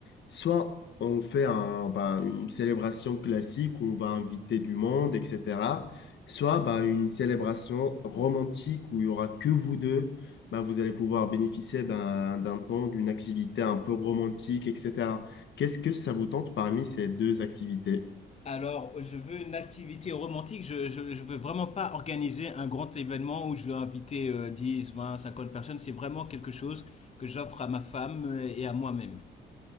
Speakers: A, on the left (about 65°); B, on the left (about 35°).
A: Soit on fait un, bah, une célébration classique où on va inviter du monde, etc. Soit bah, une célébration romantique où il y aura que vous deux. Bah, vous allez pouvoir bénéficier d'un d'un temps, d'une activité un peu romantique, etc. Qu'est-ce que ça vous tente parmi ces deux activités?
B: Alors je veux une activité romantique. Je, je, je veux vraiment pas organiser un grand événement où je vais inviter euh, 10, 20, 50 personnes. C'est vraiment quelque chose que j'offre à ma femme euh, et à moi-même.